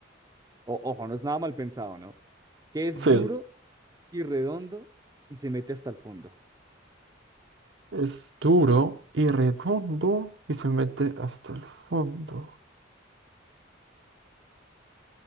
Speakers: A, on the right; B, on the right.
A: O- ojo, no es nada mal pensado, ¿no? Que es
B: Sí,
A: duro y redondo y se mete hasta el fondo.
B: es duro y redondo y se mete hasta el fondo.